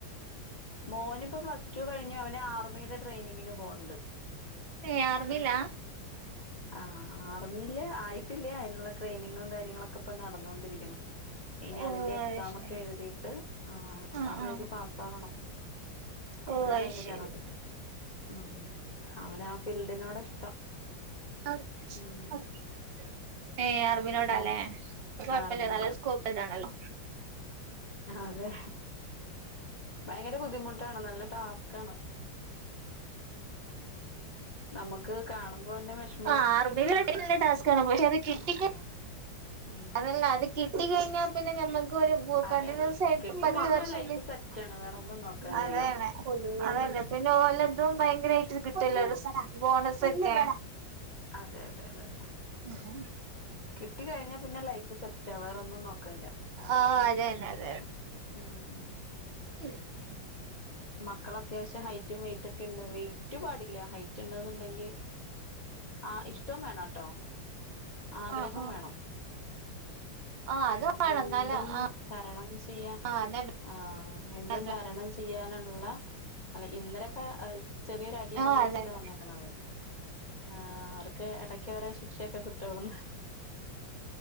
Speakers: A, on the left (about 75°); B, on the right (about 60°).
A: മോനിപ്പം പ്ലസ് ടു കഴിഞ്ഞു അവന് ആർമിയുടെ ട്രെയിനിങ്ങിന് പോക്ണ്ട്
B: ഏഹ് ആർമീലാ
A: ആഹ് ആർമിയിൽ ആയിട്ടില്ല്യാ അയ്ന്ള്ള ട്രെയ്നിങ്ങും കാര്യങ്ങളൊക്കെ പ്പം നടന്നോണ്ടിരിക്ക്ണ് ഇനി
B: ഓ
A: അതിന്റെ എക്സാമൊക്കെ
B: അയ്ശരി
A: എഴുതി ട്ട് എക്സാമെഴുതി
B: ആ ആ
A: പാസ്സാകണം അപ്പഴാണ്
B: ഓ അയ്ശരി
A: അയ്ൽ കേറാൻ പറ്റു ഉം അവനാ ഫീൽഡിനോടാ ഇഷ്ടം
B: <unintelligible>
A: ഉം
B: ഏഹ് ആർമിനോടാലേ
A: മോ
B: കൊഴ്പ്പല്ല
A: ആർമിനോട്
B: നല്ല സ്കോപ്പ് ഇതാണല്ലോ
A: അതെ ഭയങ്കര ബുദ്ധിമുട്ടാണ് നല്ല ടാസ് ക്കാണ് നമ്ക്ക് കാണുമ്പൊന്നെ വെഷ്
B: ആ ആർമീൽ നല്ല ടാസ്കാണ് പക്ഷെ അത് കിട്ടിക്ക
A: ഉം
B: അതല്ലാ അത് കിട്ടി കഴിഞ്ഞാ പിന്നെ ഞമ്മക്കൊരു
A: അതെ
B: കണ്ട്ന്യൂസയ്ട്ട്
A: അതെ കിട്ടിക്കഴിഞ്ഞാൽ
B: പത്ത് വർഷം
A: ലൈഫ് സെറ്റാണ് വേറെ ഒന്നും നോക്കാനില്ലല്ലോ
B: അതെന്നെ അതന്നെ പിന്നെ ഓലതും ഭയ്ങ്കരായ്ട്ട് കിട്ടല്ലേ ബോണസെക്കെ
A: അതെ അതെ അതെ
B: ഉം
A: കിട്ടി കഴിഞ്ഞാൽ പിന്നെ ലൈഫ് സെറ്റാ വേറൊന്നും നോക്കാല്ല
B: ആഹ് അതെന്നെ അതെ
A: ഊം.
B: <inaudible>
A: മക്കളത്യാവശ്യം ഹൈറ്റും വെയിറ്റൊക്കെണ്ടൊ വെയ്റ്റ് പാടില്ല ഹൈറ്റ് ണ്ട്ന്നുണ്ടെങ്കി ആഹ് ഇഷ്ടം വേണൊട്ടോ ആഗ്രഹൊം
B: ആ ആ
A: വേണം
B: ആ അത്
A: ഉം
B: വേണം
A: എന്തും
B: എന്നാല് ആ
A: തരണം ചെയ്യാ
B: ആ അതന്നെ
A: ആഹ് എന്തും
B: അതന്നെ
A: തരണം ചെ യ്യാനുള്ള അല്ല ഇന്നരൊക്കെ അഅ് ചെറിയൊരടിയൊക്കെ
B: ആ
A: മേടിച്ചിട്ടാ
B: അതന്നെ
A: വന്നേക്കണത് ആഹ് അവർക്ക് എടക്ക് ഓരോ ശിക്ഷയൊക്കെ കിട്ടുംവിടന്ന്